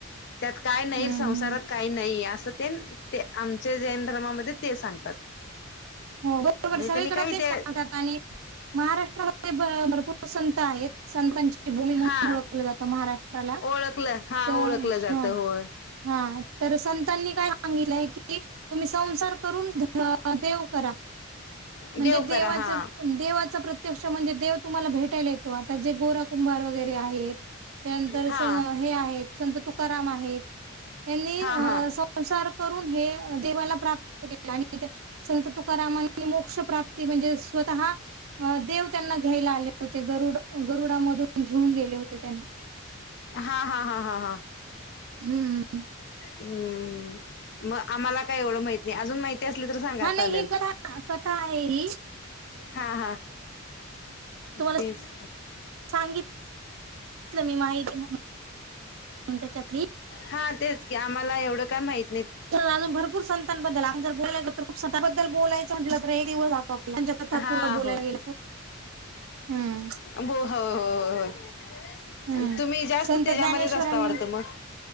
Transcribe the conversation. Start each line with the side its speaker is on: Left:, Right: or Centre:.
Left: त्यात काय नाही.
Right: हम्म
Left: संसारात
Right: हम्म
Left: काय नाहीय. असं तेन आमच्या जैन धर्मामध्ये ते सांगत
Right: हो बरोबर
Left: म्हणजे
Right: सगळीकडे
Left: त्यांनी काही
Right: तेच
Left: त्या
Right: सांगतात आणि महाराष्ट्रामध्ये भ भरपूर संत आहेत. संतांची भूमी म्हणून
Left: हा
Right: ओळखलं जातं महाराष्ट्राला.
Left: ओळखलं हा
Right: त
Left: ओळखलं जात
Right: ह.
Left: होय
Right: ह तर संतांनी काय सांगलंय की, तुम्ही संसार करून देव करा. म्हणजे
Left: देव
Right: देवाच
Left: करा हा
Right: देवाचा प्रत्यक्ष म्हणजे, देव तुम्हाला भेटायला येतो. आता जे गोरा कुंभार वगैरे आहेत. त्यानंतर अस‌्
Left: हा
Right: हे आहेत. संत तुकाराम आहेत. यांनी
Left: हा हा
Right: संसार करून हे देवाला प्राप्त केले. आणि ते संत तुक रामानी मोक्ष प्राप्ती म्हणजे, स्वतः देव त्यांना घ्यायला आले होते. गरुड गरुडामधून घेऊन गेले होते त्यांना.
Left: हा हा ह ह ह.
Right: हम्म
Left: हम्म मग आम्हाला काय एवढं माहित नाही अजून माहिती असली तर सांगा
Right: हा
Left: चालेल
Right: नाही हे कथा कथा आहे
Left: हा हा
Right: तुम्हाला
Left: तेच
Right: सांगितलं मी माहिती मग त्याच्यातली
Left: हा तेच की आम्हाला एवढं काय माहिती
Right: अजून भरपूर संतांबद्दल आम ज बोलाय तर खूप संतांबद्दल बोलायचंटलं तर हे दिवस आप च्या कथा
Left: हा
Right: पूर्ण बोलायला
Left: हो
Right: गेलं तर हम्म
Left: हो हो हो हो हो
Right: हम्म
Left: तुम्ही जास्त
Right: संत
Left: त्याच्यामध्येच
Right: ज्ञानेश्वरांनी
Left: असता वाढत मग